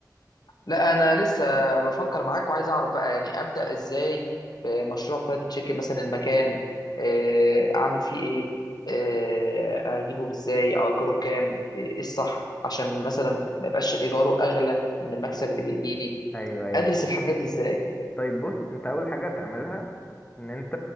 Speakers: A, on the left; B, on the left.
A: لا انا لسه بفكر معاك وعايز اعرف بقى يعني ابدا ازاي في مشروع فرايد تشيكن مثلا المكان آه، اعمل فيه ايه آه، اجيبه ازاي اجره بكام ايه الصح عشان مثلا ما يبقاش ايجاره اغلى من المكسب اللي بيجي لي
B: أيوه أيوه
A: ادرس
B: فاهم
A: الحاجات دي ازاي
B: طيب بص أنت أول حاجة تعملها إن أنت